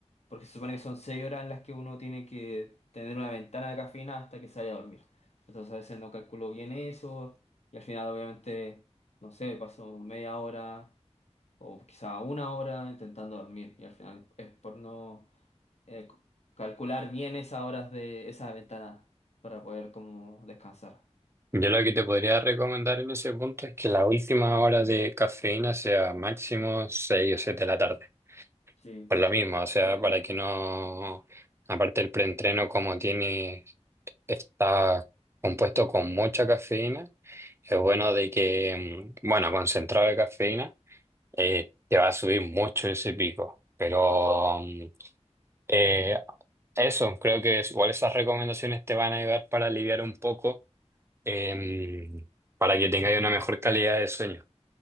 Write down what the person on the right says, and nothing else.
Yo lo que te podría recomendar en ese punto es que la última hora de cafeína sea máximo 6 o 7 de la tarde.
Por lo mismo,
o sea,
para que no, aparte el preentreno como tiene, está compuesto con mucha cafeína, es bueno de que, mm, bueno, concentrado de cafeína, eh, te va a subir mucho ese pico. Pero mm, eh, eso, creo que es- igual esas recomendaciones te van a ayudar para aliviar un poco em, para que tengáis una mejor calidad de sueño.